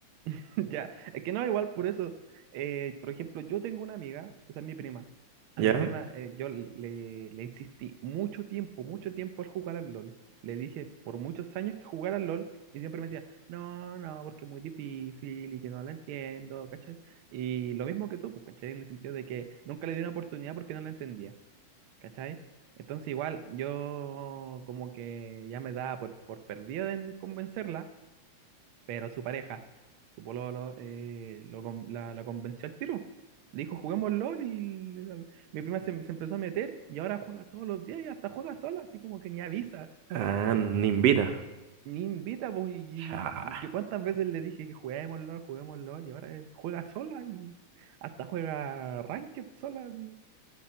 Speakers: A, on the right; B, on the right.
A: <laughs> Ya, es que no, igual por eso, eh, por ejemplo, yo tengo una amiga, o sea, mi prima, a
B: ¿ya?
A: mi prima eh, yo le, le insistí mucho tiempo, mucho tiempo al jugar al LOL. Le dije por muchos años que jugar al LOL y siempre me decía, no, no, porque es muy difícil y que no la entiendo, ¿cachai? Y lo mismo que tú, pues, ¿cachai? En el sentido de que nunca le di una oportunidad porque no la entendía, ¿cachai? Entonces igual yo como que ya me daba por, por perdido en convencerla pero su pareja, su pololo, eh, lo con- la, la convenció al tiro. Le dijo, juguemos LOL y le- al- mi prima se, se empezó a meter y ahora juega todos los días y hasta juega sola, así como que ni avisa,
B: Ah, ni invita.
A: ni invita. Pues, y,
B: Ya.
A: y yo cuántas veces le dije que juguemos LOL, juguemos LOL y ahora eh, juega sola y hasta juega Ranked sola. así.